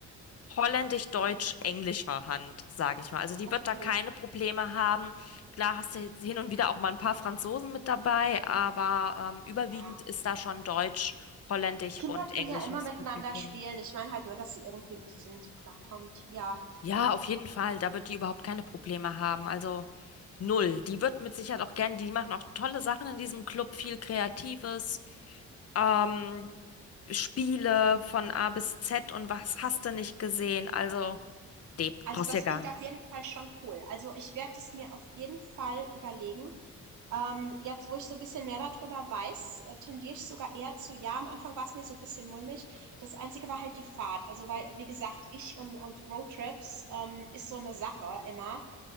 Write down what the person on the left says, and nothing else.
holländisch-deutsch-englischer Hand, sage ich mal. Also die
wird da keine Probleme haben. Klar hast du jetzt hin und wieder auch mal ein paar Franzosen mit dabei, aber ähm, überwiegend
ist da schon Deutsch, Holländisch
und
englisches
Publikum.
Ja, auf jeden Fall. Da wird die überhaupt keine Probleme haben. Also null. Die wird mit Sicherheit auch gern, die machen auch tolle Sachen in diesem Club, viel Kreatives, ähm, Spiele von A bis Z und was hast du nicht gesehen? Also, Deb,
brauchst
dir gar.